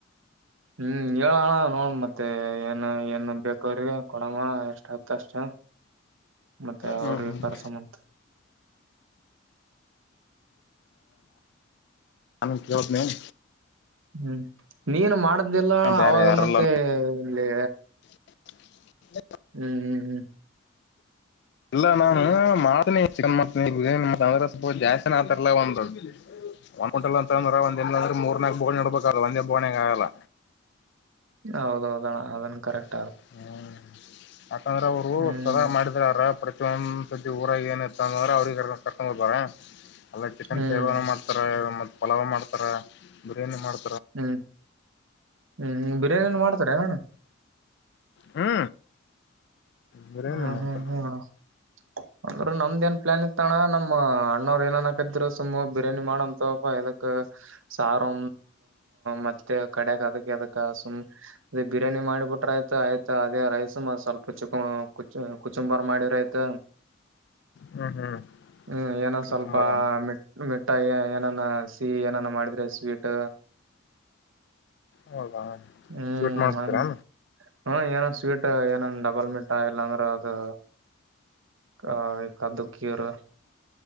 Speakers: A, on the right; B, on the left.
A: ಹ್ಮ್ ಹೇಳಣ ನೋಡ ಮತ್ತೆ ಏನ್ ಏನ್ ಬೇಕ ಅವ್ರಿಗೆ ಕೊಡಮ್ಮ ಎಷ್ಟ ಆತ ಅಷ್ಟ ಮತ್ತೆ
B: ಹ್ಮ್
A: ಅವ್ರಿಗೆ
B: ಹ್ಮ್
A: ಕರ್ಸಮಂತ
B: ನಾನು ಕೇಳ್ತೀನಿ
A: ಹ್ಮ್ ನೀನು ಮಾಡ್ದಿಲ್ಲ
B: ಬೇರೆ
A: ಅವಾಗ
B: ಯಾರಲ್ಲ
A: ಮತ್ತೆ ಇಲ್ಲಿ
B: <inaudible>
A: ಹ್ಮ್ ಹ್ಮ್ ಹ್ಮ್
B: ಇಲ್ಲ ನಾನು ಮಾಡ್ತನಿ ಚಿಕನ್ ಮಾಡ್ತನಿ ಬಿಾನಿ ಅಂದ್ರೆ ಸ ಜಾಸ್ತಿನ ಆತಾರಲ್ಲ ಒಂದ್ ಒಂದಂಟಲ್ ಅಂತ ಅಂದ್ರ ಒಂದ ಅಂದ್ರ ಮೂರ್ ನ ಬೋಗಣಿ ಇಡ್ಬೇಕ ಒಂದೇ ಬೋಗುಣಿಗ ಆಗಲ್ಲ
A: ಹೌದೌದಣ ಅದನ್ ಕರೆಕ್ಟ್
B: ಹ್ಮ ಯಾಕಂದ್ರೆ ಅವ್ರು
A: ಹ್ಮ್
B: ಸದಾ ಮಾಡಿದ್ರಾರ ಪ್ರ ಸತಿ ಊರಾಗ ಏನ್ ಇತ್ತ ಅಂದ್ರೆ ಅವ್ರಿಗೆ ಕರ್ಕೊಂಡ್ ಬರ್ತಾರೆ ಅಲ್ಲ ಚಿಕನ್
A: ಹ್ಮ್
B: ಸೇವ ಮಾಡ್ತಾರೆ ಪಲಾವ ಮಾಡ್ತಾರ ಬಿರಿಯಾನಿ ಮಾಡ್
A: ಹ್ಮ್ ಹ್ಮ್ ಬಿರಿಯಾನಿ ಮಾಡ್ತಾರೆ ಏನ್ ಅಣ್ಣ
B: ಹ್ಮ ಬಿರಿಯಾನಿ
A: ಹ್ಮ್
B: ಮಾಡುತ್ತಾರೆ
A: ಹ್ಮ್ <unintelligible> ಅಂದ್ರ ನಮ್ದನ್ ಪ್ಲಾನ್ ಇತ್ತಣ್ಣ ಇತಣ ನಮ್ಮ ಅಣ್ಣರ್ ಏನ ಯಾಕದ್ರ ಸುಮ್ಮ ಬಿರಿಯಾನಿ ಮಾಡಂತಪ್ಪಕ್ ಸಾರು ಮತ್ತೆ ಕಡಿಯಕ್ ಅದಕ್ದಕ್ ಸುಮ್ ಬಿರಿಯಾನಿ ಮಾಡಿಬಿಟ್ರ ಆಯ್ತು ಆಯ್ತ ಅದೇ ರೈಸ ಸ್ವಲ್ಪ ಚಿಕ್ಕ ಕುಚ್ಚು ಕುಚುಂಬರ್ ಮಾಡಿರಯ್ತ
B: ಹ್ಮ್ ಹ್ಮ್
A: ಹ್ಮ್ ಏನ
B: ಕುಕುಂಬರ
A: ಸ್ವಲ್ಪ ಮೆ ಮೆ ಒಟ್ಟಾ ಏನನ ಸಿ ಏನ ಮಾಡಿದ್ರೆ ಸ್ವೀಟ್
B: ಹೌದಾ
A: ಹ್ಮ್
B: ಸ್ವೀಟ್ ಮಾಡತೀರಾ
A: ಹಂಗ ಹ್ಮ ಏನನ್ ಸ್ವೀಟ್ ಏನ ಡಬಲ್ ಮೀಟ್ ಆ ಎಲ್ಲಾಂಗರ ಅದು ಆ ಕ್ದಕೀರ್